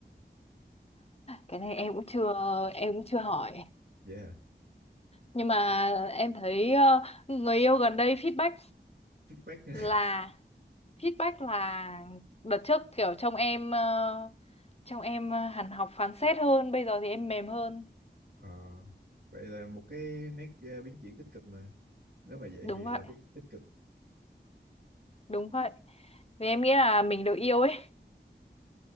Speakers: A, on the left; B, on the right.
A: cái này em cũng chưa em cũng chưa hỏi
B: Dạ, yeah.
A: nhưng mà em thấy ờ, người yêu gần đây feedback
B: Feedback. <laughs>
A: là feedback là đợt trước kiểu trông em ờ, trông em ờ, hẳn học phán xét hơn bây giờ thì em mềm hơn
B: Ờ, vậy là một cái nét ờ, biến chuyển tích cực mà. Nếu mà vậy
A: đúng
B: thì
A: vậy
B: là biết tích cực.
A: đúng vậy vì em nghĩ là mình được yêu ấy